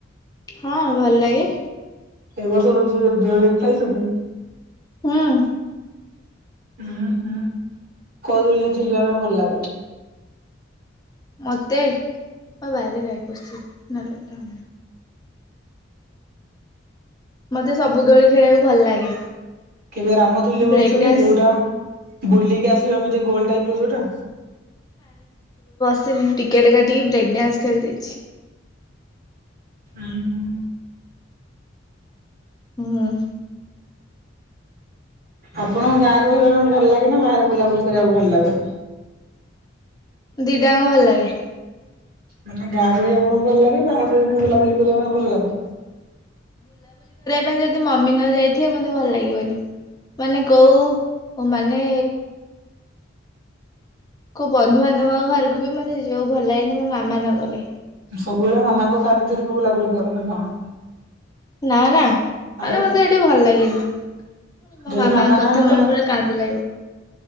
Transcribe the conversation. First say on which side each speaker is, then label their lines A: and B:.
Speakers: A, on the left; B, on the right.
A: ହଁ ଭଲ ଲାଗେ।
B: ଏ ବର୍ଷ ରଜରେ ଦୋଳି ଖେଳିଚନ୍ତି?
A: ହୁଁ।
B: ହୁଁ ହୁଁ କୋଉ ଦୋଳିରେ ଝୁଲିିବା ପାଇଁ ଭଲ ଲାଗେ?
A: ମତେ? ମା ବାରିରେ ଗାଈ ପଶଚି ନଲେ କଥା ମତେ ସବୁ ଦୋଳି ଖେଳିବାକୁ ଭଲ ଲାଗେ।
B: କେବେ ରାମ ଦୋଳିରେ
A: ବ୍ରେକ୍
B: ବସଛନ୍ତି?
A: ଡ୍ୟାନ୍ସ
B: ଯୋଉଟା ବୁଲିକି ଆସିବ ଏମିତି ଗୋଲ ଟାଇପର ଯୋଉଟା।
A: ସେ ଟିକେଟ କାଟିକି ବ୍ରେକ ଡ୍ୟାନ୍ସ ଖେଳ ଦେଇଛି।
B: ଉଁ ହୁଁ।
A: ହୁଁ।
B: ଆପଣଙ୍କୁ ଗାଁରେ ରହିବା ପାଇଁ ଭଲ ଲାଗେ, ନା ବାହାରେ ବୁଲାବୁଲି କରିବାକୁ ଭଲ ଲାଗେ?
A: ଦିଟାଙ୍କ ଭଲ ଲାଗେ।
B: ମାନେ ଗାଁ ରେ ରହିବା ପାଇଁ ଭଲ ଲାଗେ, ବାହାରେ ରହି ବୁଲାବୁଲି କରିବା ପାଇଁ ଭଲ ଲାଗେ?
A: ବା ଯଦି ମମି ନ ଯାଇଥିବେ ମତେ ଭଲ ଲାଗିବନି। ମାନେ କୋଉ, ମାନେ କୋଉ ବନ୍ଧୁ ବାନ୍ଧବଙ୍କ ଘରକୁ ବି ମତେ ଯିବାକୁ ଭଲ ଲାଗେନି, ମୋ ମାମା ନ ଗଲେ।
B: ସବୁବେଳେ ମାମାଙ୍କ କାନି ଧରିକି ବୁଲାବୁଲି କରୁନା କଣ?
A: ନା ନା ମାନେ
B: ଆଉ
A: ମତେ ସେଠି ଭଲ ଲାଗେନି। ମୋ
B: ଯଦି
A: ମାମାଙ୍କ
B: ମାମା ନାହାନ୍ତି
A: କଥା ମନେ ପଡ଼ିଲେ କାନ୍ଦ ଲାଗିବ।